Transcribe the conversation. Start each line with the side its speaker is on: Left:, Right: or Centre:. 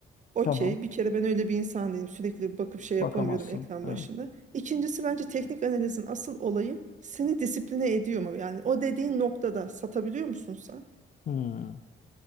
Right: Okey,
Left: Tamam.
Right: bir kere ben öyle bir insan değilim. Sürekli bakıp şey yapamıyorum
Left: Bakamazsın.
Right: ekran
Left: Evet.
Right: başında. İkincisi bence teknik analizin asıl olayı seni disipline ediyor mu? Yani o dediğin noktada satabiliyor musun sen?
Left: Hı.